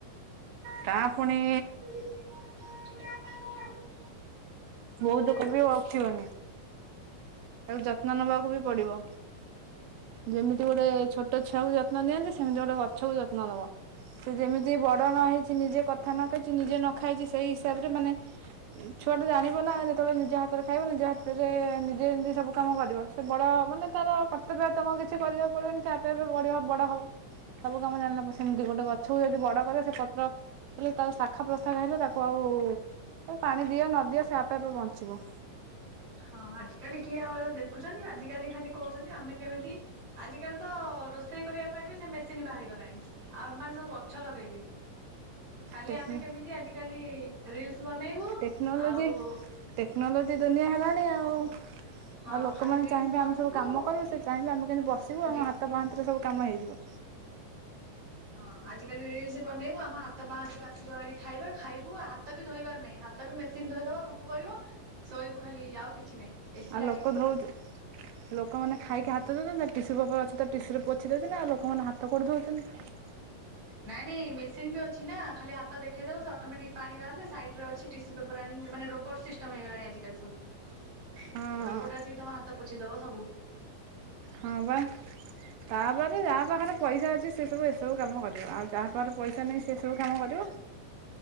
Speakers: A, on the right; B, on the right.
A: ତାହା ଫୁଣି
B: <inaudible>
A: ବୋହୁତ
B: ହଁ।
A: <unintelligible> ଆଉ ଉଠିବନି। ତାକୁ ଯତ୍ନ ନବାକୁ ବି ପଡିବ। ଯେମିତି ଗୋଟେ ଛୋଟ ଛୁଆକୁ ଯତ୍ନ ନିଅନ୍ତି ସେମିତି ଗୋଟେ ଗଛକୁ ଯତ୍ନ ଦବ। ସେ ଯେମିତି ବଡ ନ ହେଇଚି, ନିଜେ କଥା ନ କହିଚି ନିଜେ ନ ଖାଇଚି ସେଇ ହିସାବରେ ମାନେ ଉ ଛୁଆଟି ଜାଣିବ ନା ଯେତେବେଳେ ନିଜ ହାତରେ ଖାଇବ ନିଜ ହାତରେ ନିଜେ ଯିନ୍ତି ସବୁ କାମ କରିବ ସେ ବଡ ମାନେ ତାର କର୍ତ୍ତବ୍ୟ ଆଉ ତମକୁ କିଛି କରିବାକୁ ପଡିବନି ସେ ଆପେ ଆପେ ବଢିବ ବଡ ହବ। ସବୁ କାମ ଜାଣଲା ପରେ ସେମିତି ଗୋଟେ ଗଛକୁ ଯଦି ବଡ କରିବ ସେ ପତ୍ର ହେଲେ ତାର ଶାଖା ପ୍ରଶାଖ ହେଲେ ତାକୁ ଆଉ ଏ ପାଣି ଦିଅ ନଦିଅ ସେ ଆପେ ଆପେ ବଞ୍ଚିବ।
B: ହଁ ଆଜି କାଲି କିଏ ଆଉ ଏରା ଦେଖୁଚନ୍ତି ଆଜି କାଲି ଖାଲି କୋହୁଛନ୍ତି ଆମେ କେମିତି ଆଜିକାଲି ତ ରୋଷେଇ କରିବା ପାଇଁ ବି ସେ ମେସିନି ବାହାରିଗଲାଣି। ଆଉ ଏମାନେ ସବୁ ଗଛ ଲଗେଇବେ। ଖାଲି
A: ଟେକ୍ନି
B: ଆମେ କେମିତି ଆଜିକାଲି ରିଲସ ବନେଇବୁ
A: ଟେକ୍ନୋଲୋଜି
B: ଆଉ
A: ଟେକ୍ନୋଲୋଜି ଦୁନିଆ ହେଲାଣି ଆଉ ଆଉ
B: ହଁ
A: ଲୋକମାନେ
B: ଖାଲି ରିଲ୍ସ
A: ଚାହିଁବେ
B: ବନେଇବୁ
A: ଆମେ ସବୁ କାମ କରିବୁ ସେ ଚାହିଁବେ ଆମେ କେମତି ବସିବୁ ଆମ
B: ରି
A: ହାତ ପାହାନ୍ତିରେ ସବୁ କାମ ହେଇଯିବ।
B: ହଁ ଆଜିକାଲି ରିଲସି ବନେଇବୁ ଆମ ହାତ ପାହାନ୍ତିକୁ ଆସିବ ଭାରି ଖାଇବା ଖାଇବୁ ଆଉ ହାତ ବି ଧୋଇବାର ନାଇଁ ହା ତ ବି ମେସିନ୍ ଧୋଇଦବ ସବୁ କରିବ ଶୋଇବୁ ଖାଲି ଆଉ କିଛି ନାଇଁ ଏସି
A: ଆଉ
B: ଲାଗିଚି।
A: ଲୋକ ଧଉଚ ଲୋକମାନେ ଖାଇକି ହାତ ଦୋଉଚନ୍ତି ନା ଟିସୁ ପେପର ଅଛି ତ ଟିସୁରେ ପୋଛି ଦୋଉଚନ୍ତି ଆଉ ଲୋକମାନେ ହାତ କୋଉଠି ଧୋଉଚନ୍ତି।
B: ନାଇଁ ନାଇଁ ମେସିନ ବି ଅଛି ନା ଖାଲି ହାତ ଦେଖେଇଦବ ସେ ଅଟୋମେଟିକ ପାଣି ବାହାରିଲେ ସାଇଡ ରେ ଅଛି ଟିସୁ ପେପର ଆଣିକି ମା-ମାନେ ରୋବର୍ଟ ସିଷ୍ଟମ ହେଇଗଲାଣି ଆଜିକାଲି ସବୁ।
A: ହଁ
B: ରୋବଟ୍ ଆସିକି ତମ ହାତ ପୋଛିଦବ ସବୁ।
A: ହଁ ପା। ତାପରେ ଯାହା ପାଖରେ ପଇସା ଅଛି ସେ ସବୁ ଏସବୁ କାମ କରିବ ଆଉ ଯାହା ପାଖରେ ପଇସା ନାହିଁ ସେସବୁ କାମ କରିବ।